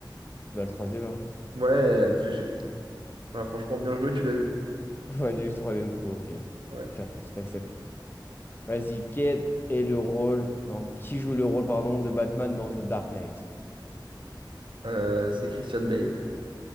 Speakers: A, on the left; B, on the right.
A: Bah, le troisième, hein.
B: Ouais, GG. Ouais, franchement, bien joué, tu l'as eu.
A: <laughs> Ouais, du troisième coup, ok.
B: Ouais.
A: J'arrête, je t'accepte. Vas-y, quel est le rôle... Non, qui joue le rôle, pardon, de Batman dans The Dark Knight?
B: Euh, c'est Christian Bale.